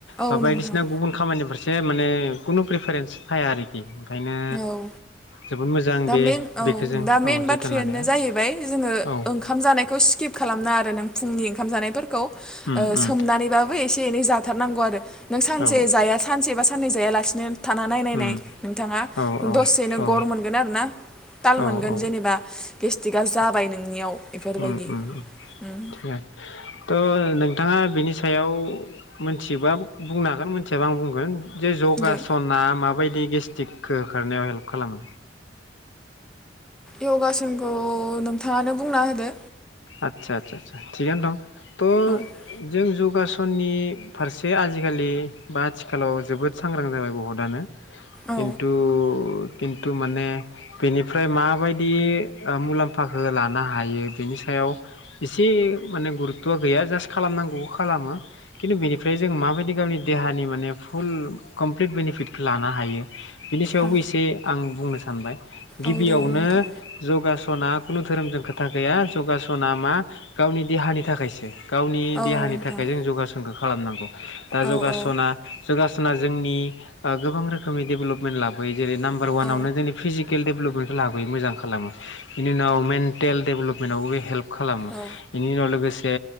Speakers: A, in the centre; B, on the left.
A: औ
B: बा बायदिसिना
A: नोंथां
B: गुबुन खामानिफोरारसे माने खुनु प्रिफारेन्स फाया आरोखि ओंखायनो।
A: औ
B: जोबोद मोजां
A: दा
B: बे
A: मेन औ
B: बेखौ जों
A: दा
B: औ
A: मेन बाथ्रायानो
B: जोथोन लानाया
A: जाहैबाय जोंङो
B: औ
A: ओंखाम जानायखौ सि स्किप खालामना आरो नों फुंनि ओंखाम जानायफोरखौ
B: उम उम
A: सोमनानैबाबो एसे एनै ज थाथारनांगौ आरो नों सानसे
B: औ
A: जाया सानसे बा साननै जायालासिनो थाना नायनायनाय
B: उम
A: नोंथांङा।
B: औ औ
A: दसेनो
B: औ
A: गर मोनगोन आरो ना ताल
B: औ
A: मोनगोन
B: औ
A: जेनेबा गेस्टिकआ जाबाय नोंनियाव? बेफोरबायदि
B: <unintelligible>
A: उम
B: नोंथांङा बिनि सायाव मोनथिबा बुंनो हागोन मोनथियाबा आं बुंगोन जे जगासना
A: दे
B: माबायदि गेस्ट्रिकखौ होखारनायाव हेल्प खालामो?
A: इउगासनखौ नोंथाङानो बुंना होदो।
B: आतसासा थिग आनो दं।
A: औ
B: जों जौगासननि फारसे आजिखालि बा आथिखालाव जोबोद सांग्रां जाबाय बहुतानो खिन्थु
A: औ
B: खिन्थु माने बेनिफ्राय माबायदि मुलाम्फाखौ लानो हायो बेनि सो सायाव एसे माने गुरुत्थ'आ गैया जास्ट खालामनांगौ खालामो खिन्थु बेनिफ्राय जों माबायदि गावनि देहानि माने फुल कमप्लिट बेनिफिटखौ लानो हायो। बिनि सायावबो
A: औ
B: एसे आं बुंनो सानबाय गिबियावनो
A: औ दे बुं नोंथां
B: जगासना खुनु धोरोमजों खोथा गैया जगासना मा गावनि देहानि थाखायसो गावनि
A: औ
B: देहानि
A: नोंथां
B: थाखाय जों जगासनखौ खालामनांगौ दा
A: औ
B: जगासना
A: औ
B: जगासना जोंनि गोबां रोखोमनि डेभेलपमेन्ट लाबोयो जेरै नाम्बार वानावनो
A: औ
B: जोंनि फिजिकेल डेभपमेन्टखौ लाबोयो मोजां खालामो बिनि उनाव मेन्टेल डेभेलपमेन्टआवबो बे हेल्प खालामो
A: औ
B: बिनि उनाव लोगोसे